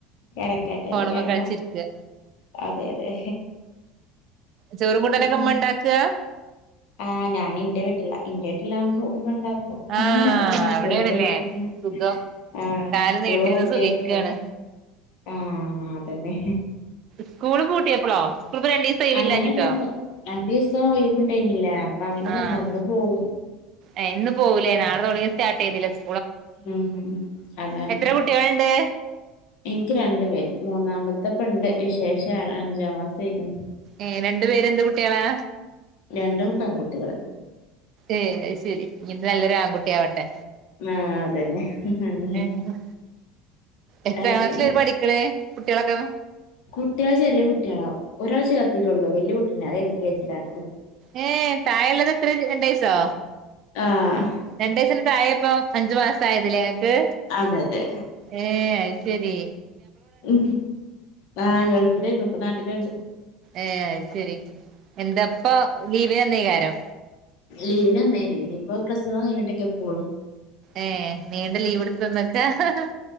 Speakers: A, on the left; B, on the right.
A: കെടക്കാത്തത്
B: ഫോണുമ്മെ
A: കെടന്നു
B: കളിച്ചിരിക്ക
A: അതെ അതെ.
B: ചോറും കൂട്ടാനൊക്കെ
A: ഉം
B: ഉമ്മ എണ്ടാക്കാ
A: ആഹ് ഞാനിന്റെ വീട്ടിലാ ഇന്റെ വീട്ടിലാകുമ്പോ ഉമ്മ ഇണ്ടാ
B: ആഹ്
A: ഒഹ് ഹസ്ബന്റിന്റെ
B: അവിടെയാണല്ലേ
A: വീട്ടിലേക്ക്
B: സുഖം
A: ആഹ്
B: കാല്
A: സ്കൂള്
B: നീട്ടിരുന്ന്
A: പൂട്ടിയപ്പളെ
B: സുഖിക്കാണ്
A: ആഹ് അതന്നെ.
B: സ്കൂള് പൂട്ടിയപ്പളോ?. സ്കൂളിപ്പോ രണ്ടീസം ഒഴിവില്ലാഞ്ഞിട്ടോ
A: അങ്ങനെയല്ലെന്നു രണ്ടീസം ഒഴിവിണ്ടായ്ന്നിലേ അപ്പ അങ്ങനെ
B: ആഹ്
A: വന്ന ഇന്ന് പോവും.
B: ഏഹ് ഇന്ന് പോവൂലേ നാളെ തൊടങ്ങി സ്റ്റാർട്ട് ചെയ്തിലേ സ്.
A: ഉം ഉം അതാണ്
B: എത്ര കുട്ടികളുണ്ട്
A: ഇൻക്ക് രണ്ടു പേര് മൂന്നാമ ത്തെപ്പണ്ട് വിശേഷ അഞ്ചാം മാസായിക്ക്ണ്
B: ഏഹ് രണ്ടു പേരും എന്ത് കുട്ടിയാളാ.
A: രണ്ടും പെൺകുട്ടികള്.
B: ഏഹ് അയ് ശരി ഇനി ഇത് നല്ലൊരു ആൺകുട്ടി ആവട്ടെ.
A: ആഹ് അതന്നെ അങ്ങനെ.
B: ഏഹ് എത്രാം
A: അങ്ങനെ
B: ക്ലാസ്സില അവര് പഠിക്കണേ കുട്ടികളൊക്കെ
A: കുട്ടിയാള് ചെറേ കുട്ടിയാളാ. ഒരാളെ ചേർത്തിട്ടൊള്ളൂ വെല്യ കുട്ടിനെ അഹ് എൽ കെ ജിലാണ്.
B: ഏഹ് താഴെള്ളത് എത്ര രണ്ടയസ്സോ
A: ആഹ്
B: രണ്ട് വയസ്സിന് തായേ ഇപ്പോ അഞ്ച് മാസം ആയതിലേ ഞങ്ങക്ക്
A: അതെ അതെ
B: ഏ അയ് ശരി.
A: ഉ ആ ഗൾഫിലെയിരുന്നു ഇപ്പ നാട്ടില്ണ്ട്
B: ഏ ഐയ് ശരിരി എന്താപ്പ ലീവിന് വന്നീകാരം.
A: ലീവിന് വന്നേയ്ന് ഇനിയിപ്പോ പ്രസവം കഴിഞ്ഞിട്ടൊക്കെ പോകളു.
B: ഏ നീണ്ട ലീവ് ഇട്ത്ത് വന്നെക്കാ ഹാ ഹാ.